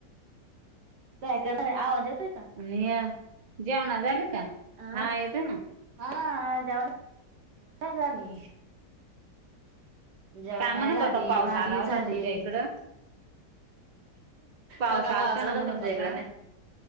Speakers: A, on the right (about 70°); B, on the right (about 35°).
A: काय करणार आहे. आवाज येत आहे का?
B: आणि या जेवणा झाले का?
A: अंह
B: हा येतोय ना
A: हां जेवान आताच झाली. जेवण
B: काय म्हणू
A: झाली,
B: पका पाऊस
A: भांडी
B: आला होता
A: झाली.
B: तुमच्या इकडं पाऊस
A: तका
B: आलता
A: बासाला
B: ना म्हणू
A: तर तुमच्या
B: पका
A: इकड नाही.